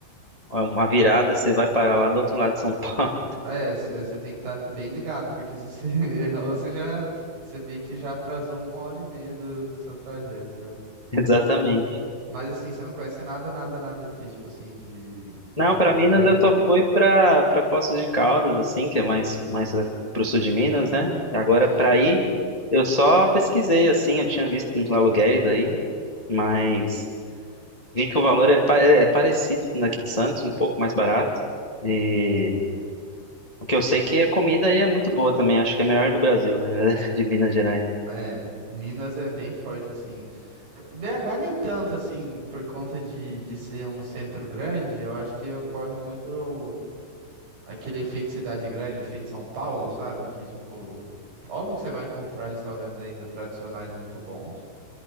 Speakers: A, on the left; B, on the right.
A: uma virada, você vai parar lá do outro lado de São Paulo.
B: é, você tem que estar bem ligado, porque se você <laughs> errou, você já, você meio que já atrasou uma hora e meia do, do seu trajeto, né?
A: <laughs> Exatamente.
B: Mas assim, você não conhece nada, nada, nada aqui, tipo assim, de, de
A: Não,
B: programa.
A: pra Minas eu só fui pra para Poços de Caldas, assim, que é mais mais a- pro sul de Minas, né? E agora
B: Sim.
A: pra ir, eu só pesquisei assim, eu tinha visto uns aluguéis aí, mas vi que o valor é, pa- é parecido com o daqui de Santos, um pouco mais barato. E o que eu sei é que a comida aí é muito boa também, acho que é a melhor do Brasil, né? <laughs> De Minas Gerais.
B: É, Minas é bem forte, assim. BH nem tanto assim, por conta de, de ser um centro grande, eu acho que ocorre muito o- aquele efeito cidade grande, efeito São Paulo, sabe? Que tipo, óbvio que você vai encontrar restaurantes ainda tradicionais muito bons,